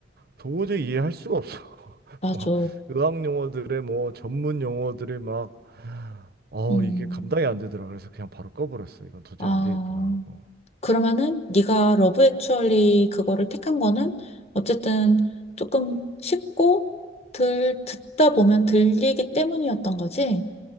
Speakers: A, on the right (about 55°); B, on the left (about 35°).
A: 도저히 이해할 수가 없어. <laughs>
B: 맞아.
A: 막, 의학 용어들의 뭐, 전문 용어들의 막, 어,
B: 음,
A: 이게 감당이 안 되더라. 그래서 그냥 바로 꺼버렸어. 이건 도저히
B: 아,
A: 안 되겠구나 하고.
B: 그러면은 네가 러브 액츄얼리 그거를 택한 거는 어쨌든 조금 쉽고 들 듣다 보면 들리기 때문이었던 거지.